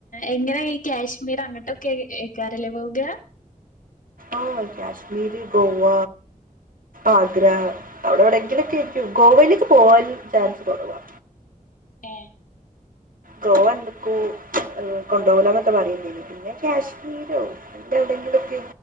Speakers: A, on the left; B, on the right.
A: എങ്ങനാ ഈ കാശ്മീർ അങ്ങോട്ടൊക്കെ കേക്കാറല്ലേ പോവുക
B: ആഹ കാശ്മീരി ഗോവ ആഗ്ര അവിടെ എവിടെ എങ്കിലുംക്കെ എരിക്കും ഗോവയിലേക്ക് പോവാൻ ചാൻസ് കൊടുവാ
A: ഏ
B: ഗോവ എന്തൊക്കോ ർ കൊണ്ടുപോല എന്നക്കെ പറയണ്ടേ പിന്നെ കാശ്മീരോ എ എവിടെെങ്കിലുംക്കെ